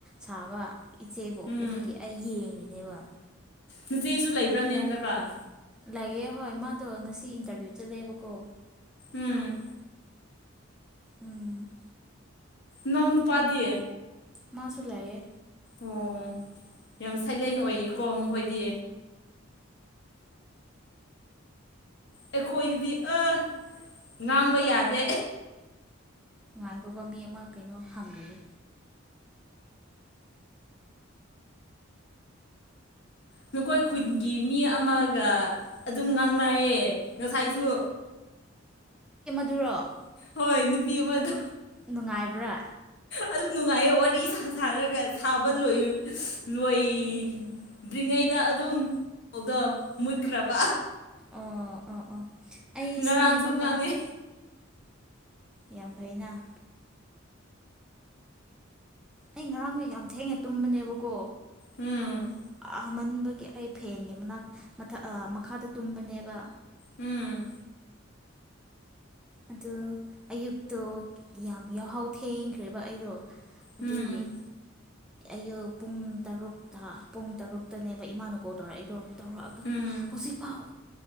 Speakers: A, in the centre; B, on the left.
A: ꯁꯥꯕ ꯏꯆꯦꯕꯨ
B: ꯎꯝ
A: ꯑꯗꯨꯒꯤ ꯑꯩ ꯌꯦꯡꯏꯅꯦꯕ
B: ꯅꯆꯦꯁꯨ ꯂꯩꯕ꯭ꯔꯅꯦ ꯍꯟꯗꯛꯀꯥꯟ
A: ꯂꯩꯌꯦ ꯍꯣꯏ ꯃꯥꯗꯣ ꯉꯁꯤ ꯏꯟꯇꯔꯚꯤꯌꯨ ꯆꯠꯂꯦꯕꯀꯣ
B: ꯎꯝ
A: ꯎꯝ
B: ꯅꯥꯎꯅꯨꯄꯥꯗꯤ
A: ꯃꯁꯨꯂꯩꯌꯦ
B: ꯑꯣ ꯌꯥꯝ ꯁꯥꯏꯂꯦꯟ ꯑꯣꯏꯌꯦꯀꯣ ꯃꯈꯣꯏꯗꯤ ꯑꯩꯈꯣꯏꯗꯨꯗꯤ ꯑ ꯉꯥꯡꯕ ꯌꯥꯗꯦ
A: ꯉꯥꯏꯈꯣꯀꯣ ꯃꯤ ꯑꯃ ꯀꯩꯅꯣ ꯍꯪꯔꯤꯌꯦ
B: ꯅꯈꯣꯏ ꯈꯨꯟꯒꯤ ꯃꯤ ꯑꯃꯒ ꯑꯗꯨꯝ ꯉꯥꯡꯅꯌꯦ ꯉꯁꯥꯏꯁꯨ
A: ꯑꯗꯨꯔꯣ
B: ꯍꯣꯏ ꯅꯨꯄꯤ ꯑꯃꯗꯣ
A: ꯅꯨꯡꯉꯥꯏꯕ꯭ꯔꯥ
B: ꯑꯗꯨ ꯅꯨꯡꯉꯥꯏꯌꯦ ꯋꯥꯔꯤ ꯁꯥ ꯁꯥꯔꯒ ꯁꯥꯕ ꯂꯣꯏ ꯂꯣꯏꯗ꯭ꯔꯤꯉꯩꯗ
A: ꯎꯝ
B: ꯑꯗꯨꯝꯗꯣ ꯃꯨꯠꯈ꯭ꯔꯕ
A: ꯑꯣ ꯑꯣ ꯑꯣ ꯑꯩꯁꯨꯅꯦꯕꯀꯣ
B: ꯉꯔꯥꯡꯁꯨ ꯉꯥꯡꯉꯦ
A: ꯌꯥꯝ ꯐꯩꯅ ꯑꯩ ꯉꯔꯥꯡꯌꯦ ꯌꯥꯝ ꯊꯦꯡꯅ ꯇꯨꯝꯕꯅꯦꯕꯀꯣ
B: ꯎꯝ
A: ꯐꯝꯍꯟꯕꯒꯤ ꯑꯩ ꯐꯦꯟꯒꯤ ꯃꯅꯥꯛ ꯃꯊꯛ ꯑ ꯃꯈꯥꯗ ꯇꯨꯝꯕꯅꯦꯕ
B: ꯎꯝ
A: ꯑꯗꯨ ꯑꯌꯨꯛꯇꯣ ꯌꯥꯝ ꯌꯥꯍꯥꯎ ꯊꯦꯡꯈ꯭ꯔꯦꯕ ꯑꯩꯗꯣ ꯑꯗꯨꯒꯤ
B: ꯎꯝ
A: ꯑꯌꯨꯛ ꯄꯨꯡ ꯇꯔꯨꯛꯇ ꯄꯨꯡ ꯇꯔꯨꯛꯇꯅꯦꯕ ꯏꯃꯥꯅ ꯀꯣꯜ ꯇꯧꯔꯛꯏꯗꯣ ꯇꯧꯔꯛꯑꯒ
B: ꯎꯝ
A: ꯍꯧꯖꯤꯛꯐꯥꯎ